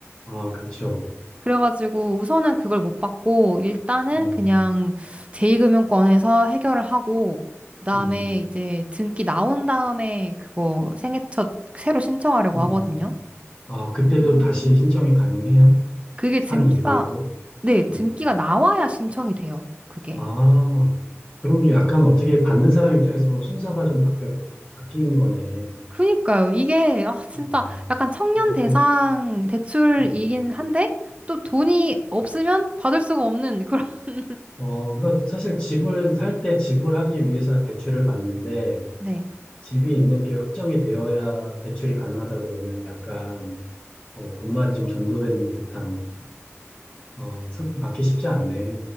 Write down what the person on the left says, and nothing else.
아, 그렇죠.
음,
음,
음.
아, 그때도 다시 신청이 가능해요?
산
이후에도?
음.
아, 그럼 이제 약간 어떻게 받는 사람 입장에서 보면 순서가 좀 바뀌, 바뀐 거네.
음,
뭐,
돈,
음.
어, 그러니까 사실 집을 살 때 지불하기 위해서 대출을 받는데
집이 있는 게 확정이 되어야 대출이 가능하다 그러면 약간 어, 본말이 좀 전도된 듯한 어, 상품 받기 쉽지 않네.